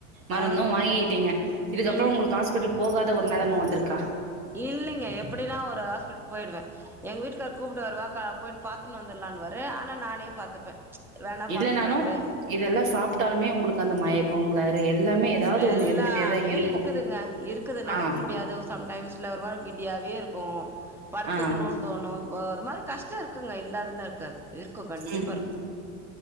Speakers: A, on the right; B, in the centre.
A: மருந்து
B: ஆ
A: வாங்கிக்கிட்டீங்க இதுக்கப்புறொ
B: ம்
A: உங்களுக்கு ஹாஸ்பிட்டல் போகாத ஒரு நெலம வந்துருக்கா
B: இல்லைங்க எப்டிலா ஒரு ஹாஸ்பிட்டல் போயிறுவே எங்க வீட்டுக்கார் கூப்ட்டு வாரு வா கா போயி பாத்துன்னு வந்துருலான்னுவாரு ஆனா நானே பாத்துப்பே வேணா
A: இல்லனாலு
B: பாத்துக்கலா விடு
A: இதெல்லா சாப்ட்டாலுமே உங்களுக்கு அந்த மயக்கொ கிளாரு எல்லாமே ஏதாவது ஒண்ணு
B: எல்லாமே
A: இருந்துட்டே தா இருக்கு
B: இருக்குதுங்க இருக்குது நடக்க
A: ஆ
B: முடியாது சம்டைம்ஸ்ல ஒரு வாரொ கிட்டியாவே இருக்கு பர்த்துக்குணு
A: ஆ
B: தோணு இப்ப ஒரு மாரி கஷ்ட இருக்குங்க இல்லாதுல்லா இருக்காது இருக்கு கண்டிப்பா
A: ம்
B: இருக்கு